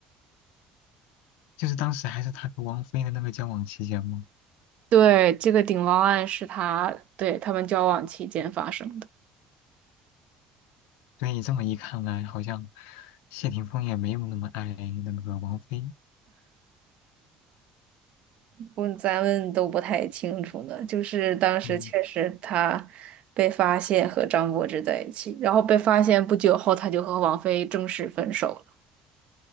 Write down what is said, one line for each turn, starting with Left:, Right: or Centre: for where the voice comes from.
Left: 就是当时还是他和王菲的那个交往期间嘛，
Right: 对，这个顶包案是他对他们交往期间发生的。
Left: 所以这么一看来，好像谢霆锋也没有那么爱那个王菲，
Right: 我咱们都不太清楚呢，就是当时确实他被发现和张柏芝在一起，
Left: 嗯，
Right: 然后被发现不久后，他就和王菲正式分手了。